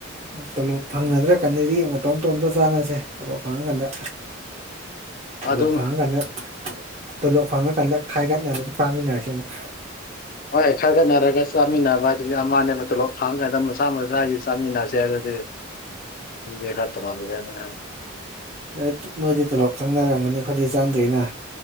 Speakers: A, on the right; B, on the left.
A: ꯇꯣꯂꯣꯞ ꯐꯪꯅꯗ꯭ꯔꯥ ꯀꯟꯅꯗꯤ ꯃꯇꯣꯝ ꯃꯇꯣꯝꯇ ꯆꯥꯟꯅꯁꯦꯂꯣꯞ ꯐꯥꯡ ꯀꯗ ꯍꯂꯣ
B: ꯑꯗꯨꯝ
A: ꯐꯥꯥꯡ ꯀꯗ ꯇꯣꯂꯣꯞ ꯐꯥꯎꯅ ꯀꯜꯂ ꯈꯥꯏꯒꯠꯅ ꯑꯗꯨꯝ ꯆꯥꯃꯤꯟꯅꯔꯁꯤ ꯑꯃꯨꯛ
B: ꯍꯣꯏ ꯈꯔ ꯈꯠꯅꯔꯒ ꯆꯥꯃꯤꯟꯅꯕ ꯍꯥꯏꯗꯨꯗꯤ ꯑꯃꯥꯟꯅꯦꯕ ꯇꯣꯂꯣꯞ ꯐꯪ ꯀꯥꯟꯗ ꯃꯆꯥꯥ ꯃꯆꯥꯥꯒꯤ ꯆꯥꯃꯤ ꯅꯁꯦ ꯑꯗꯨꯗ ꯦ ꯍꯥ ꯇ ꯃꯗꯒꯗꯅ ꯍꯥꯏ
A: ꯅꯣꯏ ꯅꯣꯏꯗꯤ ꯇꯂꯣꯞ ꯊꯪꯅꯔꯝꯒꯅꯤ ꯑꯩꯈꯣꯏꯗꯤ ꯆꯪꯗꯣꯏꯅ